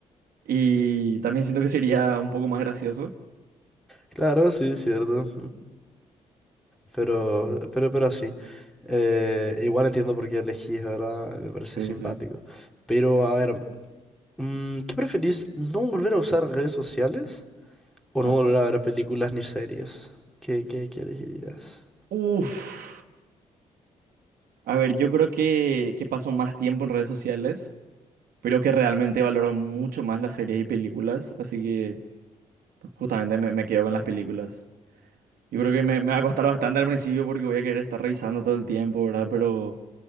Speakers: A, on the right; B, in the centre.
A: Y también siento que sería un poco más gracioso.
B: claro, sí, cierto, pero, pero, pero así. Eh, igual entiendo por qué elegís, ¿verdad? Me parece
A: Sí,
B: simpático.
A: sí.
B: Pero, a ver, Mm, ¿qué preferís? ¿No volver a usar redes sociales o
A: Ajá.
B: no volver a ver películas ni series? ¿Qué, qué, qué elegirías?
A: Uf. A ver, yo creo que, que paso más tiempo en redes sociales. pero que realmente valoro mucho más las series y películas, así que justamente me, me quedo con las películas. Yo creo que me, me va a costar bastante al principio porque voy a querer estar revisando todo el tiempo, ¿verdad? Pero,